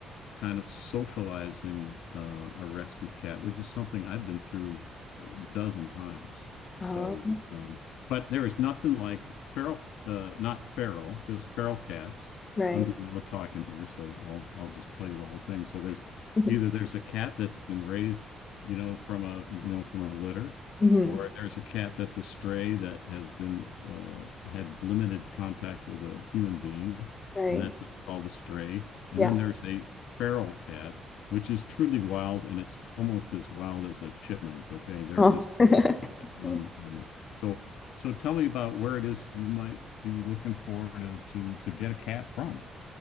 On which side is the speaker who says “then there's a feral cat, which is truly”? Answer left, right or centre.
Left